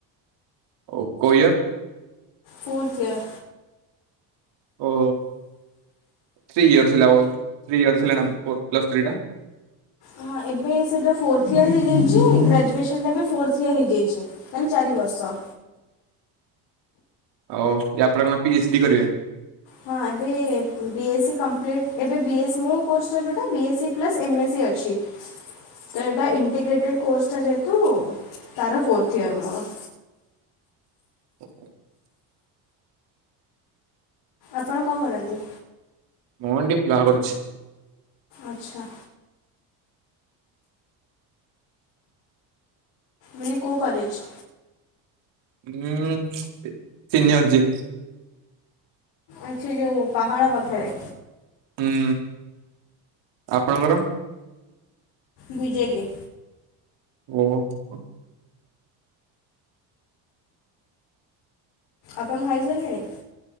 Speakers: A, on the right; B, on the left.
A: କୋଉ ଇଅର୍?
B: Fourth year.
A: ଓ ଥ୍ରୀ ଇୟର୍ସ ଥିଲା ଥ୍ରୀ ଇୟର୍ସ ଥିଲା ନା ପ୍ଲସ୍ ଥ୍ରୀ ଟା।
B: ହଁ ଏବେ ସେଇଟା ଫୋର୍ଥ ଇୟର ହେଇଯାଇଛି ଗ୍ରାଜୁଏସନଟା ବି ଫୋର୍ଥ ଇୟର ହେଇଯାଇଛି। ମାନେ ଚାରି ବର୍ଷ।
A: ଆଉ ୟାପରେ କଣ ପି ଏଚ୍ ଡି କରିବେ?
B: ହଁ ଏବେ ବି ଏସ୍ ସି କମ୍ପ୍ଲିଟ୍ ଏବେ ବି ଏସ୍ ମୋ କୋର୍ସଟା ଯେଉଁଟା B S C plus M S C ଅଛି।
A: <inaudible>
B: ତ ଏଟା ଇଣ୍ଟିଗ୍ରେଟେଡ୍ କୋର୍ସଟା ଯେହେତୁ ତାର ଫୋର୍ଥ ଇଅର ମୋର।
A: <inaudible>
B: ଆପଣ କଣ କରନ୍ତି?
A: ମୁଁ ଡିପ୍ଲୋମା କରୁଛି।
B: ଆଚ୍ଛା। ମାନେ କୋଉ କଲେଜ୍?
A: ଉଁ ଇ ସିନିୟର ଜି।
B: ଆଛା ଯୋଉ ପାହାଡ଼ ପାଖରେ।
A: ହୁଁ ଆପଣଙ୍କର?
B: B J P.
A: ଉଁ?
B: ଆପଣ ଖାଇସାରି ଲେଣି?